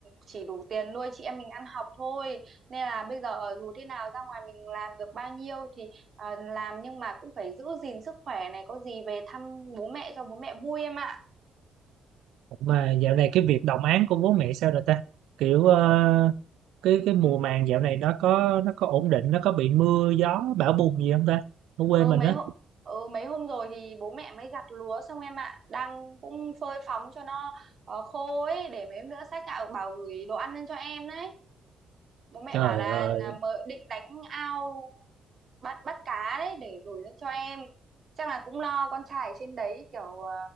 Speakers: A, on the right; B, on the right.
A: chỉ đủ tiền nuôi chị em mình ăn học thôi nên là bây giờ dù thế nào ra ngoài mình làm được bao nhiêu thì à, làm nhưng mà cũng phải giữ gìn sức khỏe này có gì về thăm bố mẹ cho bố mẹ vui em ạ
B: mà dạo này cái việc đồng áng của bố mẹ sao rồi ta kiểu ờ,
A: Ờ,
B: cái cái mùa
A: ừ.
B: màng dạo này nó có nó có ổn định nó có bị mưa gió bão bùng gì không ta ở quê
A: ừ
B: mình
A: mấy
B: á
A: hôm ừ mấy hôm rồi thì bố mẹ mới gặt lúa xong em ạ đang cũng phơi phóng cho nó ờ, khô ấy để mấy hôm nữa sách gạo bảo gửi đồ ăn lên cho em đấy bố mẹ
B: trời
A: bảo là,
B: ơi
A: là mời định đánh ao bắt bắt cá đấy để gửi lên cho em chắc là cũng lo con trai ở trên đấy kiểu ờ,